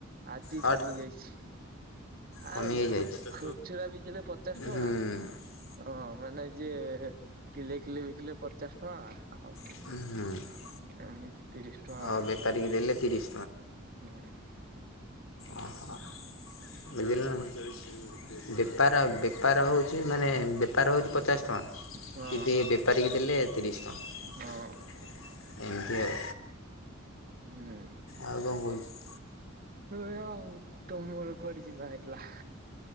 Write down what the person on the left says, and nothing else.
ହଟ୍
କମିଯାଇ
ଯାଇଛି
ହୁଁ
ହୁଁ।
ଆଉ
ବେପାରିକି
ଦେଲେ ତିରିଶ ଓହୋ <unintelligible> ପଇଁଚାଳିଶ ବେପାର ବେପାର ହେଉଛି ମାନେ ବେପାର ହେଉଛି ପଚାଶ ଟଙ୍କା
କି ଦି ବେ ବେପାରୀ କି ଦେଲେ ତିରିଶ ଟଙ୍କା।
ଏମିତି ଆଉ।
ଆଉ କଣ <unintelligible>